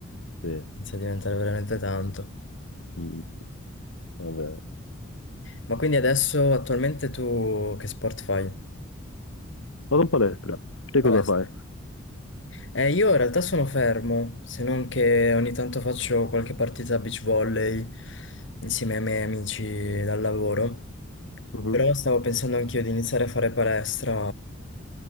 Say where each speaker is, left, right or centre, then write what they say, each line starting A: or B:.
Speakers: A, on the left; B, on the left.
A: sì,
B: inizia a diventare veramente tanto.
A: Mm, è vero.
B: Ma quindi adesso attualmente tu che sport fai?
A: Vado in palestra, te
B: Palestra.
A: cosa fai?
B: Eh, io in realtà sono fermo, se non che ogni tanto faccio qualche partita a beach volley insieme ai miei amici dal lavoro.
A: Mhm,
B: Però stavo pensando anch'io di iniziare a fare palestra